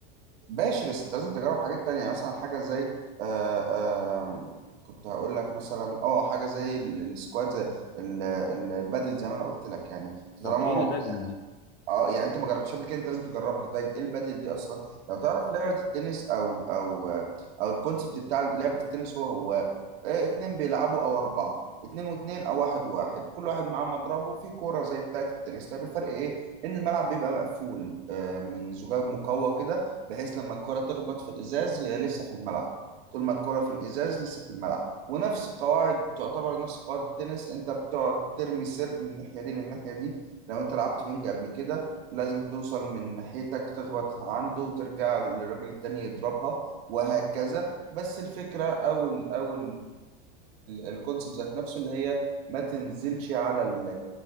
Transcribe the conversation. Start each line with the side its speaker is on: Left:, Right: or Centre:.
Right: ماشي بس انت لازم تجرب حاجات تانية يعني مثلا حاجة زي آه، آه، كنت هقول لك مثلا اه حاجة زي ال- السكواد زي ال- ال- البادل زي ما انا قلت لك يعني
Left: طب
Right: طالما
Left: ايه
Right: ما
Left: البدل دي
Right: اه يعني انت ما جربتش قبل كده انت لازم تجربها طيب ايه البادل دي اصلا لو تعرف لعبه التنس او او او الكونسبت بتاع لعبه التنس هو هو آه، اتنين بيلعبوا او اربعه اتنين واتنين او واحد واحد كل واحد معاه مضربه وفي كوره زي بتاعه التنس طيب الفرق ايه ان الملعب بيبقى مقفول آه، من زجاج مقوى كده بحيث لما الكوره تخبط في الازاز هي لسه في الملعب طول ما الكرة في الإزاز لسه في الملعب ونفس قواعد تعتبر نفس قواعد التنس أنت بتقعد ترمي سيرف من الناحية دي للناحية دي لو أنت لعبت بينج قبل كده لازم توصل من ناحيتك تخبط عنده وترجع للراجل التاني يضربها وهكذا بس الفكرة أو ال أو الكونسيبت ذات نفسه اللي هي ما تنزلش على ال